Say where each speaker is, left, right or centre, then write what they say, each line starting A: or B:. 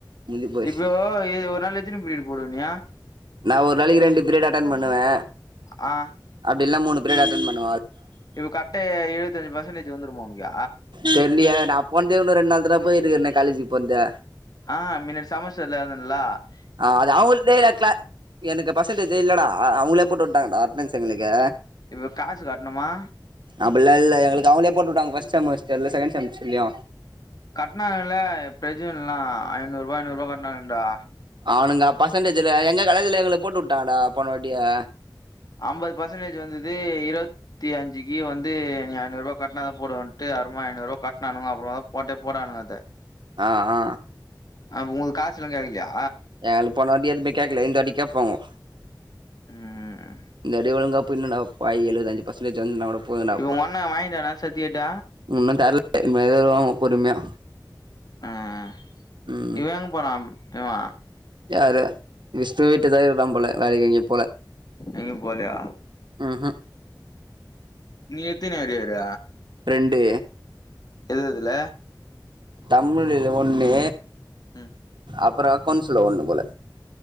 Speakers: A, on the right; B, on the left.
A: முஞ்சி போச்சு
B: இப்போ ஏ ஒரு நாள் எத்தினி பீடு போடுவ நீ
A: நா ஒரு நாளைக்கு ரெண்டு பிரீயட் அட்டென் பண்ணுவே
B: ஆ
A: அப்டி இல்னா மூணு பீரியட் அட்டன் பண்ணுவ
B: இப்போ கரட்ட எழுவத்தஞ்சு பர்சன்டேஜ் வந்துருமா உனக்கு
A: தெர்லியே நா போன்தே ஒன்னு ரெண்டு நாள் தடவ போயிருக்கிறே காலேஜிக்கு போன்து
B: அ மின்ன சமைச்ச <unintelligible>
A: ஆ அது அவுள்தே <unintelligible> எனக்கு பர்சன்டேஜே இல்லடா அவங்ளே போட்டு உட்டாங்கடா அட்டனன்ஸ் எங்ளுக்கு
B: எது காசு கட்ணுமா
A: அப்பில்லா இல்ல எங்ளுக்கு அவுங்ளே போட்டு உட்டாங்க ஃபஸ்ட்டு செமஸ்டர்ல்ல செகண்ட் செமஸ்டர்லியு
B: கட்னாங்கல எப்பியாச்சு ஒருநா ஐநூறுவா ஐநூறுவா கட்னாங்டா
A: அவுனுங்க பர்சன்டேஜ்ல எங்க காலேஜ்ல எங்ளுக்கு போட்டு உட்டாங்கடா போன வாட்டியே
B: அம்பது பர்சன்டேஜ் வந்துது இரு த்திக்கு அஞ்சுக்கு வந்து நீ ஐநூற்வா கட்னாதா போடுவன்ட்டு அப்றமா ஐநூற்வா கட்னானுவோ அப்றமா தா போட்டே போனானுங்க அத
A: ஆ ஆ
B: அ உங்குக்கு காசுலா கேக்லியா
A: எங்ளுக்கு போனா வாட்டி எதுமே கேக்ல இந்த வாட்டி கேப்பாங்கோ
B: ம்
A: இந்தாட்டி ஒழுங்கா போயின்னுடா பாய் எழுவது அஞ்சு பர்சன்டேஜ் வந்தா கூட போதும்டா
B: இவே ஒங்க அண்ண வாங்கிட்டானா சட்டிகேட்ட
A: ஒன்னு <inaudible> எழுதுறோ பொறுமையா
B: ஆ அ
A: ம்
B: இவே எங்க போனா இவே
A: யாரு விஷ்ணுவே வீட்டுல தா இருக்குறா போல <unintelligible>
B: எங்க போலியா
A: ம்ஹூம்
B: நீ எத்தினி அரியரு
A: ரெண்டு
B: எது எதுல
A: தமிழ் ஒன்னு
B: ம்
A: அப்றோ அக்கோன்ஸ்ல ஒன்னு போல